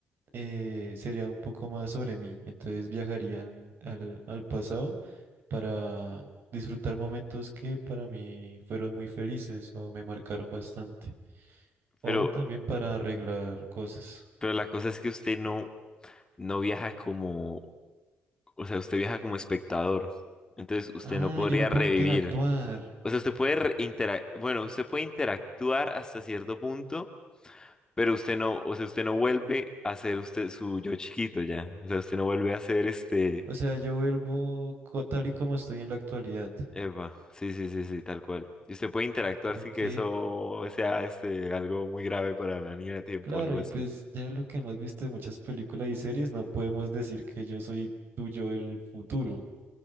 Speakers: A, on the right (about 60°); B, on the left (about 20°).
A: eh, sería un poco más sobre mí. Entonces viajarían al, al pasado para disfrutar momentos que para mí fueron muy felices o me marcaron bastante. O
B: Pero,
A: también para arreglar cosas.
B: pero la cosa es que usted no, no viaja como, o sea, usted viaja como espectador. Entonces, usted
A: Ah,
B: no podría
A: yo no puedo
B: revivir.
A: interactuar.
B: O sea, usted puede re- intera- bueno, usted puede interactuar hasta cierto punto Pero usted no, o sea, usted no vuelve a ser usted su yo chiquito ya. O sea, usted no vuelve a ser este.
A: O sea, yo vuelvo co- tal y como estoy en la actualidad.
B: Eva, sí, sí, sí, sí, tal cual. Y usted puede interactuar
A: Ok.
B: sin que eso sea este algo muy grave para la línea de tiempo,
A: Claro,
B: algo
A: y
B: así.
A: pues ya lo que hemos visto de muchas películas y series, no podemos decir que yo soy tuyo el futuro.